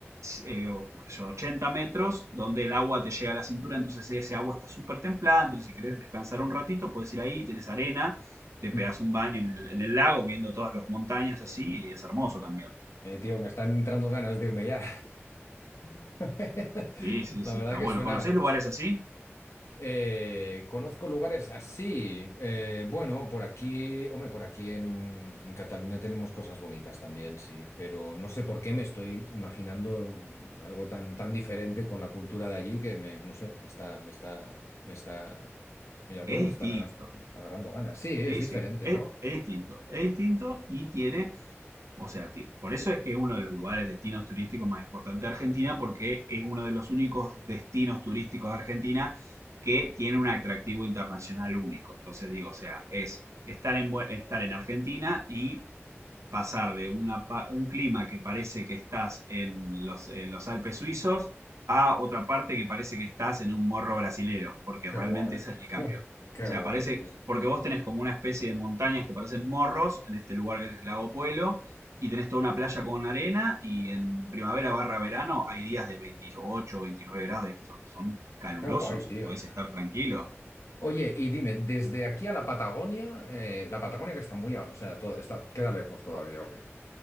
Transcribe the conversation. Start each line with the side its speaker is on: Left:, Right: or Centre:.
Right: eh, qué yo, 80 metros, donde el agua te llega a la cintura, entonces ese agua está súper templada, entonces si querés descansar un ratito, puedes ir ahí, tenés arena, te pegas
Left: <laughs>
Right: un baño en el, en el lago, viendo todas las montañas así, y es hermoso también.
Left: Eh, tío, me están entrando ganas de irme ya. <laughs> La
Right: Sí, sí, sí,
Left: verdad
Right: está
Left: que
Right: bueno.
Left: suena,
Right: ¿Conocés lugares así?
Left: Eh, conozco lugares así. eh, bueno, por aquí, hombre, por aquí en, en Cataluña tenemos cosas bonitas también, sí, pero no sé por qué me estoy imaginando mm, algo tan, tan diferente con la cultura de allí que me, no sé, me está, me está, me está, ya te
Right: Es
Left: digo, me están
Right: distinto.
Left: agasta- agarrando ganas. Sí,
Right: Sí,
Left: es diferente,
Right: sí, es,
Left: ¿no?
Right: es distinto. Es distinto y tiene O sea, ti- por eso es que uno de los lugares, destinos turísticos más importantes de Argentina, porque es uno de los únicos destinos turísticos de Argentina que tiene un atractivo internacional único. Entonces digo, o sea, es estar en, bu- estar en Argentina y pasar de una pa- un clima que parece que estás en los, en los Alpes suizos a otra parte que parece que estás en un morro brasilero, porque
Left: Qué
Right: realmente
Left: guay.
Right: ese es el cambio.
Left: <laughs> Qué
Right: O sea,
Left: guay,
Right: parece,
Left: tío.
Right: porque vos tenés como una especie de montañas que parecen morros en este lugar que es Lago Puelo y tenés toda una playa con arena, y en primavera barra verano hay días de 28, 29 grados, son, son calurosos,
Left: Qué guay, tío.
Right: eh, podés estar tranquilo.
Left: Oye, y dime, desde aquí a la Patagonia, eh, la Patagonia que está muy, a- o sea, todo, está, queda lejos todavía,
Right: Bueno,
Left: ¿ok?